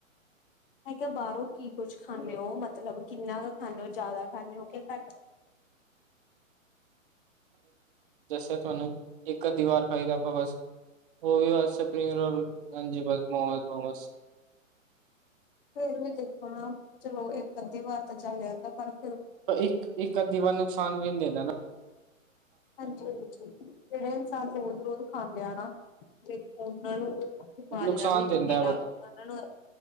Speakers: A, on the left (about 40°); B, on the right (about 40°).
A: ਮੈਂ ਕੇਹਾ ਬਾਰੋਂ ਕੀ ਕੁੱਝ ਖਾਂਦੇ ਓ ਮਤਲਬ ਕਿੰਨਾ ਕ ਖਾਂਦੇ ਹੋ ਜਾਦਾ ਖਾਂਦੇ ਹੋ ਕਿ ਘੱਟ
B: ਜਸੇ ਤੁਆਨੂੰ ਏਕ ਅਧੀ ਵਾਰ ਖਾਈਦਾ ਆਪਾਂ ਬਸ ਉਹ ਵੀ ਬਸ ਸਪਿੰਗ ਰੋਲ ਹਾਂਜੀ ਬਸ ਮੋਮੋਸ-ਮੋਮੋਸ
A: ਫੇਰ ਵੀ ਦੇਖੋ ਨਾ ਚਲੋ ਏਕ ਅੱਧੀ ਵਾਰ ਤਾਂ ਚੱਲ ਜਾਂਦਾ ਪਰ <inaudible>
B: ਇੱਕ ਇੱਕ ਅੱਧੀ ਵਾਰ ਨੁਕਸਾਨ ਵੀ ਨੀ ਦਿੰਦਾ ਨਾ
A: ਹਾਂਜੀ-ਹਾਂਜੀ ਜੇੜੇ ਇਨਸਾਨ ਰੋਜ਼-ਰੋਜ਼ ਖਾਂਦੇ ਆ ਨਾ ਓਨਾਂ ਨੂੰ ਬਿਮਾਰੀਆਂ
B: ਨੁਕਸਾਨ
A: ਵੀ
B: ਦਿੰਦਾ
A: ਕਿਨੀਆਂ
B: ਹੈ ਬਟ
A: ਲੱਗਦੀਆਂ ਉਹਨਾਂ ਨੂੰ